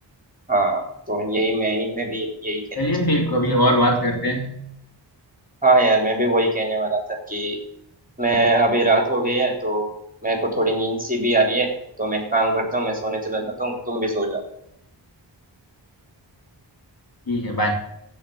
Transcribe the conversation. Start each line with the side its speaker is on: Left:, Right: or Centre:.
Right: हाँ तो यही मैं मैं भी यही कहना
Left: चलिए
Right: चाहता
Left: फिर
Right: था
Left: कभी और बात करते हैं।
Right: हाँ यार मैं भी वही कहने वाला था कि मैं अभी रात हो गई है तो मेरे को थोड़ी नींद सी भी आ रही है तो मैं एक काम करता हूँ मैं सोने चला जाता हूँ तुम भी सो जाओ
Left: ठीक है, बाय।